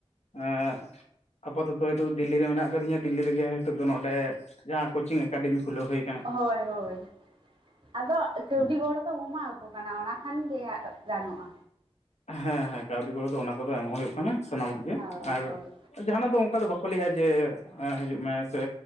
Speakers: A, on the left; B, on the right.
A: ᱮᱸᱸ ᱟᱯᱟᱛᱚᱛᱚ ᱦᱳᱭᱛᱳ ᱫᱤᱞᱞᱤ ᱨᱮ ᱢᱮᱱᱟᱜ ᱟᱠᱟᱫᱤᱧ ᱫᱤᱞᱞᱤ ᱨᱮᱜᱮ ᱱᱤᱛᱚᱜ ᱫᱚ ᱱᱚᱰᱮ ᱡᱟᱦᱟᱸ ᱠᱳᱪᱤᱝ ᱮᱠᱟᱰᱮᱢᱤ ᱠᱷᱩᱞᱟᱹᱣ ᱦᱩᱭ ᱟᱠᱟᱱᱟ᱾
B: ᱦᱳᱭ ᱦᱳᱭ ᱦᱳᱭ ᱟᱫᱚ ᱠᱟᱹᱣᱰᱤ
A: ᱦᱩᱸ
B: ᱜᱚᱲᱚ ᱫᱚ ᱦᱩᱢᱟᱣᱠᱚ ᱠᱟᱱᱟ ᱚᱱᱟ ᱠᱷᱟᱱ ᱜᱮ ᱦᱟᱸᱜ ᱜᱟᱱᱚᱜᱼᱟ᱾
A: ᱦᱮᱸ ᱦᱮᱸ ᱠᱟᱹᱣᱰᱤ ᱜᱚᱲᱚ ᱫᱚ ᱚᱱᱟ ᱠᱚᱫᱚ ᱮᱢᱚᱜ ᱦᱩᱭᱩᱜ ᱠᱟᱱᱟ ᱥᱟᱱᱟᱢᱟᱜ ᱜᱮ
B: ᱦᱳᱭ
A: ᱟᱨ
B: ᱦᱳᱭ
A: ᱡᱟᱦᱟᱸᱱᱟᱜ ᱫᱚ ᱚᱱᱠᱟ ᱫᱚ ᱵᱟ ᱠᱩ ᱞᱟᱹᱭᱼᱟ ᱡᱮ ᱦᱤᱡᱩᱜ ᱢᱮ ᱥᱮ